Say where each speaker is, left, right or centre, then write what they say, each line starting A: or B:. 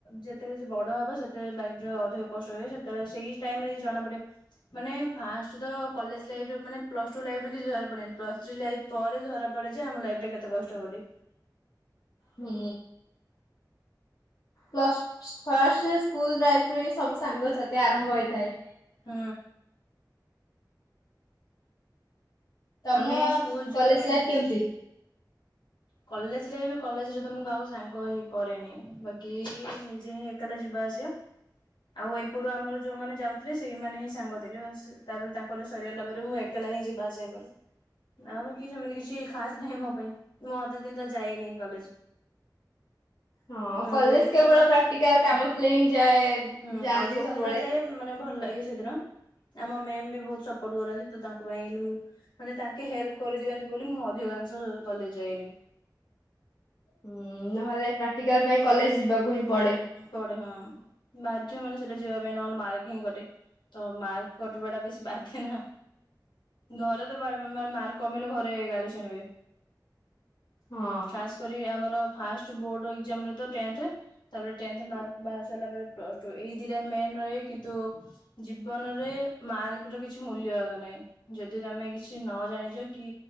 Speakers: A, on the left; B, on the left.
A: ଯେତେଯେତେ ବଡ ହବା ସେତେ ଲାଇଫରେ ଅଧିକ କଷ୍ଟ ହୁଏ ସେତେବେଳେ ସେଇ ଟାଇମ ରେ ଜଣାପଡେ ମାନେ ଫାଷ୍ଟ୍ ତ କଲେଜ ଲାଇଫରେ ପ୍ଲସ ଟୁ ଲାଇଫ ରେ କିଛି ଧରା ପଡେନି। ପ୍ଲସ ଥ୍ରୀ ଲାଇଫ ପରେ ଧରା ପଡେ ଯେ ଆମ ଲାଇଫ ଟା କେତେ କଷ୍ଟ ବୋଲି।
B: ହୁଁ। ପ୍ଲସ ଫାଷ୍ଟ ସ୍କୁଲ ଲାଇଫ ରୁ ହିଁ ସବୁ ସାଙ୍ଗସଥି ଆରମ୍ଭ ହୋଇଥାଏ।
A: ହୁଁ।
B: ତମ
A: ଆମେ ସ୍କୁଲ ଯିବା
B: କଲେଜ
A: ପାଇଁ
B: ଲାଇଫ କେମିତି?
A: କଲେଜରେ ଏବେ କଲେଜ ରେ ତ ମୁଁ କାହାକୁ ସାଙ୍ଗ ହିଁ କରେନି ବାକି ନିଜେ ହିଁ ଏକଲା ଯିବା ଆସିବା ଆଉ ଏପଟୁ ଆମର ଯୋଉମାନେ ଯାଉଥିଲେ ସେଇମାନେ ହିଁ ସାଙ୍ଗ ଥିଲେ ବାସ୍ ତାପରେ ତାଙ୍କର ସରିଗିଲା ପରେ ମୁଁ ଏକଲା ହିଁ ଯିବା ଆସିବା କରେ ଆଉ ବାକି ସେମିତି କିଛି ଖାସ୍ ନାହିଁ ମୋ ପାଇଁ। ମୁଁ ଅଧା ଦିନ ତ ଯାଇନି କଲେଜ।
B: ହଁ
A: ଆଉ
B: କଲେଜ
A: ଯୋଉ ଦିନ
B: କେବଳ
A: ଯାଏ
B: ପ୍ରାକ୍ଟିକାଲ କାମ ଥିଲେ ହିଁ ଯାଏ
A: ହୁଁ
B: ଯାଆନ୍ତି
A: ଆଉ ଯୋଉ
B: ସବୁବେଳେ।
A: ଦିନ ଯାଏ ମାନେ ଭଲ ଲାଗେ ଆମ ମ୍ୟାମ୍ ବି ବହୁତ ସପୋର୍ଟ କରନ୍ତି ତୁ ତାଙ୍କ ପାଇଁ ମାନେ ତାଙ୍କେ ହେଲ୍ପ କରିଦିଅନ୍ତି ବୋଲି ମୁଁ ଅଧିକାଂଶ କଲେଜ ଜାଏନି।
B: ହୁଁ ନହେଲେ ପ୍ରାକ୍ଟିକାଲ ପାଇଁ କଲେଜ ଯିବାକୁ। ହିଁ ପଡେ।
A: ପଡେ ହଁ ମାଦ ମାନେ ସେଟା ଯିବା ପାଇଁ ନହେଲେ ମାରକିଙ୍ଗ୍ କଟେ ତ ମାର୍ କଟିବାଟା ବେଶୀ ବାଧେ ନା। ଘରତ ବାର ହଁ ବା ମାର୍କ କମିଲେ ଘରେ ଗାଳି ଶୁଣିବେ
B: ହଁ।
A: ଖାସ କରି ଆମର ଫାଷ୍ଟ ଯୋଉ ବୋର୍ଡ ଏକ୍ସାମ ରେ ତ ଟେନ୍ଥ ତାପରେ ଟେନ୍ଥ ମାର୍କ ବାହାରି ସାରିଲା ପରେ ପ୍ଲସ ଟୁ ଏଇ ଦିଟା ମେନ ରହେ କିନ୍ତୁ ଜୀବନରେ ମାର୍କ ର କିଛି ମୂଲ୍ୟ ଆଗ ନାହିଁ। ଯଦି ତମେ କିଛି ନ ଜାଣିଛ କି